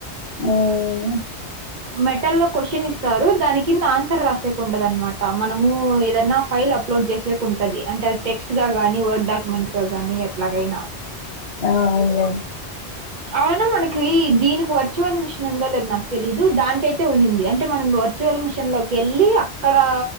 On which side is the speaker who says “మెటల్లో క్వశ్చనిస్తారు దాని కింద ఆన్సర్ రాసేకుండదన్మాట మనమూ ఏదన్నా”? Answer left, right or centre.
Right